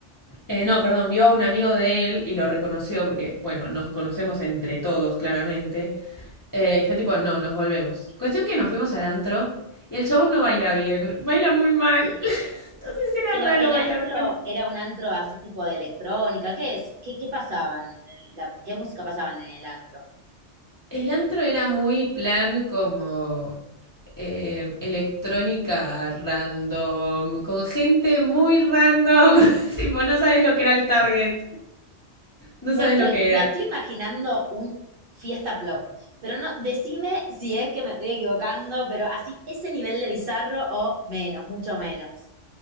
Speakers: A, on the left (about 30°); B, on the right (about 55°).
A: eh, no, perdón, vio a un amigo de él y lo reconoció porque, bueno, nos conocemos entre todos, claramente. Eh, y fue tipo, no, nos volvemos. Cuestión que nos fuimos al antro y el chabón no baila bien, baila muy mal. <laughs> Entonces era
B: Pero
A: raro
B: el
A: bailar
B: antro
A: con él.
B: era un antro así tipo de electrónica, ¿qué es? ¿Qué, qué pasaban? en el- la- ¿qué música pasaban en el antro?
A: El antro era muy plan como eh, electrónica random, con gente muy random. <laughs> Tipo, no sabes lo que era el target. No
B: Me
A: sabes
B: estoy,
A: lo que
B: me
A: era.
B: estoy imaginando un fiesta plop, pero no, decime si es que me estoy equivocando, pero así ese nivel de bizarro o menos, mucho menos.